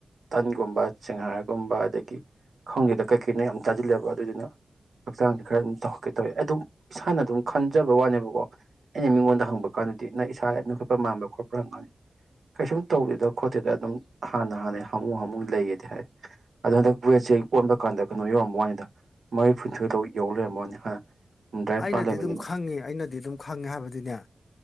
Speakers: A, on the right; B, on the left.
A: ꯇꯟꯒꯨꯝꯕ ꯆꯦꯡꯍꯔꯒ- ꯀꯨꯝꯕ ꯑꯗꯒꯤ ꯈꯪꯗꯦꯗ ꯀꯩꯀꯩꯅ ꯌꯥꯝ ꯇꯥꯖꯤꯜꯂꯦꯕ ꯑꯗꯨꯗꯨꯅ ꯍꯛꯆꯥꯡꯗꯤ ꯈꯔ ꯑꯗꯨꯝ ꯇ ꯀꯩ ꯇꯧꯋꯦ ꯑꯗꯨꯝ ꯏꯁꯥꯅ ꯑꯗꯨꯝ ꯈꯟꯖꯕ ꯋꯥꯅꯦꯕꯀꯣ ꯑꯩꯅ ꯃꯤꯉꯣꯟꯗ ꯍꯪꯕ ꯀꯥꯟꯗ ꯗꯤ ꯅꯪ ꯏꯁꯥꯩꯅ ꯈꯣꯠꯄ ꯃꯥꯟꯕꯥ ꯈꯣꯠꯄ꯭ꯔ ꯍꯪꯅꯤ ꯀꯩꯁꯨꯝ ꯇꯧꯗꯦꯗ ꯈꯣꯠꯇꯦꯗ ꯑꯗꯨꯝ ꯍꯥꯟꯅ ꯍꯥꯟꯅꯩ ꯍꯥꯃꯨ ꯍꯥꯃꯨ ꯂꯩꯒꯗꯤ ꯍꯥꯏ ꯑꯗꯨꯗꯣ ꯍꯟꯗꯛ ꯋꯦꯠꯁꯦ ꯑꯣꯟꯕ ꯀꯥꯟꯗ ꯀꯩꯅꯣ ꯌꯧꯔꯝꯕ꯭ꯋꯅꯤꯗ ꯃꯔꯤꯐꯨꯟꯊꯣꯏꯗꯧ ꯌꯧ ꯂꯩꯔꯝ ꯋꯥꯅꯤ ꯍꯥꯟꯅ ꯍꯨꯝꯗ꯭ꯔꯥ ꯅꯤꯄꯥꯟ
B: ꯑꯩꯅꯗꯤ
A: ꯂꯩꯕꯅꯦꯕ
B: ꯑꯗꯨꯝ ꯈꯪꯉꯤ ꯑꯩꯅꯗꯤ ꯑꯗꯨꯝ ꯈꯪꯉꯦ ꯍꯥꯏꯕꯗꯤꯅꯦ